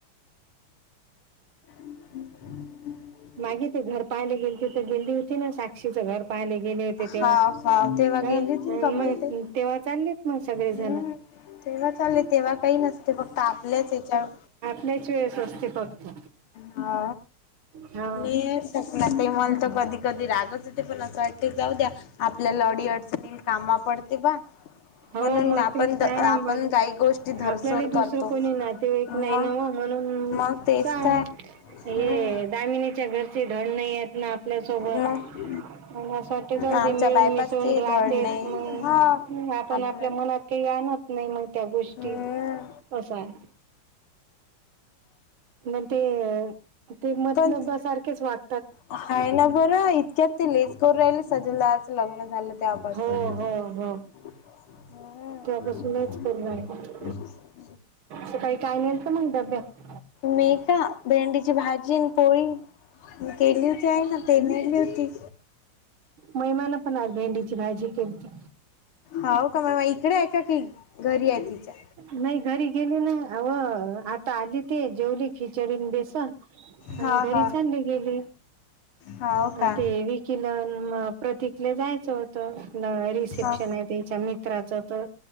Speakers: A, on the left (about 80°); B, on the right (about 70°).
A: <inaudible>
B: मागे ते घर पाहायला गेले ते तर गेली होती ना साक्षीचं घर पाहिले गेले होते तेव्हा.
A: हा हा तेव्हा
B: हाव
A: गेली होती ना
B: आण
A: कमलताई
B: मग तेव्हा चाललेत मग सगळेजण.
A: हम्म तेव्हा चालेल तेव्हा काही नसते. फक्त आपल्याच याच्यावर
B: लयचवेळस असते फक्त.
A: हा.
B: हा
A: हे सपना ताई मला तर कधी कधी रागच येतोय पण असं वाटतंय जाऊद्या आपल्याला अडीअडचणील कामा पडते बा
B: हो
A: म्हणून
B: मग
A: आपण
B: तेच
A: द
B: तर आहे
A: आपण
B: मग
A: काही गोष्टी धरसोड
B: आपल्याला दुसरं
A: करतो.
B: कोणी नातेवाईक
A: म
B: नाही ना हो म्हणून
A: मग तेच
B: सांग
A: तर
B: हे
A: हम्म
B: दामिनीच्या घरचे धड नाहीये ना आपल्यासोबत
A: मग
B: म्हणून अस वाटत जाऊन
A: आमच्या
B: दे मिळून
A: बायपासचे
B: मिसळून राहतेत
A: धडणे
B: मनुन.
A: हा
B: आपण
A: आपलं
B: आपल्या मनात काही आणत नाही मग त्या गोष्टी.
A: हम्म
B: असा हे मग ते ते म
A: पण
B: लब्या सारखेच वाट
A: हाय ना बरं इतक्यात ते लयचकरू राहिले सजन‌ दादाच लग्न झालं त्यावापासून
B: हो हो हो.
A: हम्म.
B: तेव्हापासूनच करून राहिले सकाळी काय नेलत मग डब्यात?
A: मी का भेंडीची भाजी आण पोळी. केली होती आईनं ते नेली होती.
B: मई मन पण आज भेंडीची भाजी केलती.
A: होव का म इकडे आहे का ती घरी आहे तिच्या.
B: नाही घरी गेलेना अवं. आता आले ते जेवली खिचडी अन बेसन आन
A: हा
B: घरी
A: हा
B: चालले गेले.
A: हाव का
B: अ ते हे केल अन मग प्रतीकले जायचं हो रिसेप्शन
A: हा
B: आहे त्याच्या मित्राच तर